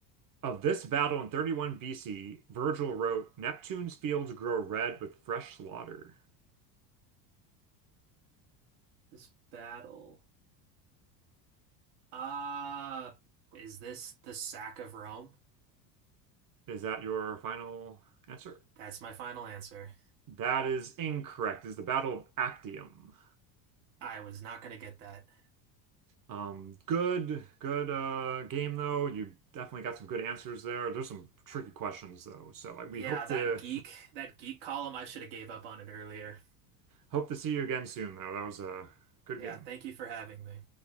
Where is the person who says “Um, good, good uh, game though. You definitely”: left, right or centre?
Right